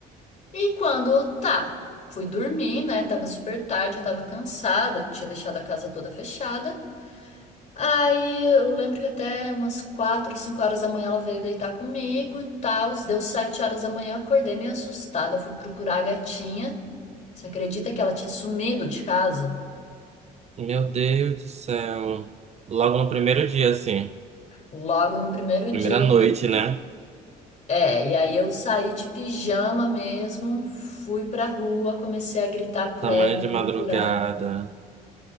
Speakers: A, on the left; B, on the right.
A: E quando tá, fui dormir, né? Tava super tarde, eu tava cansada, tinha deixado a casa toda fechada. Aí eu lembro que até umas 4, 5 horas da manhã ela veio deitar comigo e tal. Deu 7 horas da manhã, eu acordei meio assustada. Fui procurar a gatinha. Você acredita que ela tinha sumido de casa?
B: Meu Deus do céu. Logo no primeiro dia, assim.
A: Logo no primeiro
B: Primeira
A: dia.
B: noite, né?
A: É, e aí eu saí de pijama mesmo, fui pra rua, comecei a gritar por
B: Tamanho
A: ela,
B: de
A: procurar.
B: madrugada.